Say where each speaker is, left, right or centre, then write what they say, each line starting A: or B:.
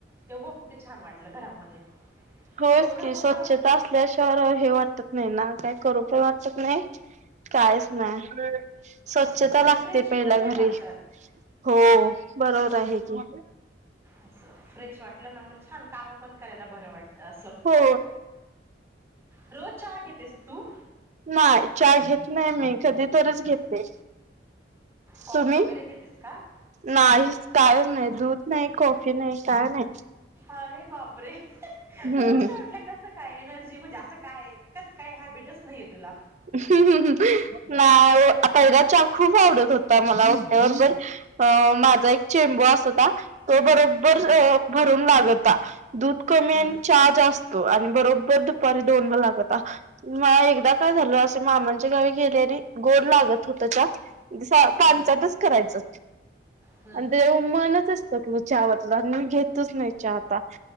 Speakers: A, on the right (about 15°); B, on the right (about 40°).
A: तेव्हा कुठे छान वाटलं घरामध्ये.
B: होयच
A: ते एवढा
B: की,
A: पसारा
B: स्वच्छता असल्याशिवार हे वाटत नाही ना, काही करू पण वाटत नाही. कायच नाही. स्वच्छता
A: आहे आणि
B: लागते
A: फ्रेश
B: पहिला
A: पण नाही
B: घरी.
A: वाटत
B: हो, बरोबर आहे की.
A: असं, फ्रेश वाटलं ना मग छान काम पण करायला बरं वाटतं, असं.
B: हो.
A: रोज चहा घेतेस तू?
B: नाय, चहा घेत नाही मी कधीतरीच घेते.
A: कॉफी
B: तुम्ही
A: वगैरे घेतेस का?
B: नाही, काय नाही, दूध नाही, कॉफी नाही, काय नाही.
A: अरे बापरे,
B: हम्म
A: मग उठल्या, उठल्या कस काय एनर्जी म्हणजे, असं काय <unintelligible> हॅबिटच नाहीये तुला?
B: <unintelligible> नाय, पहीला चा खूप आवडत होता मला उठ्या बरोबर अ माझा एक चेंबो असोता. तो बरोबर
A: हम्म
B: भरून लागता, दूध कमी
A: हम्म
B: आणि चा जास्त आणि बरोबर दुपारी दोनला लागता, <unintelligible> एकदा काय झालं, असे मामांच्या गावी गेले आणि गोड लागत होता चा सा
A: हम्म
B: पांचाटच करायचं
A: हम्म
B: आणि तेव्हा मनच हिस कल चा वरन <unintelligible> घेतच नाही चा आता,